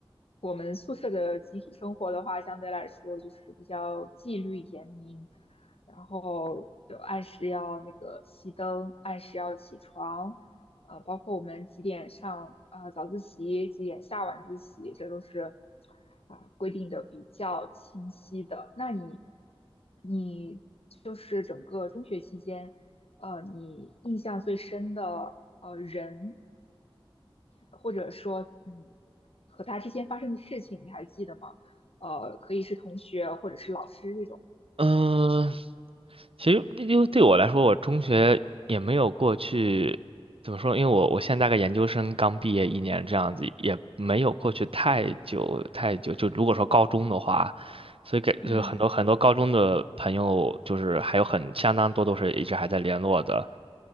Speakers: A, on the left; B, on the right.
A: 我们宿舍的集体生活的话，相对来说就是比较纪律严明，然后就按时要那个熄灯，按时要起床，呃，包括我们几点上啊呃早自习，几点下晚自习，这都是啊、规定的比较清晰的。那你你就是整个中学期间，呃，你印象最深的呃人或者说，嗯，和他之间发生的事情你还记得吗？呃，可以是同学或者是老师这种。
B: 嗯、其实因为对我来说，我中学也没有过去，怎么说？因为我我现在大概研究生刚毕业一年这样子，也没有过去太久太久。就如果说高中的话，所以给就是很多很多高中的朋友，
A: 嗯
B: 就是还有很相当多都是一直还在联络的。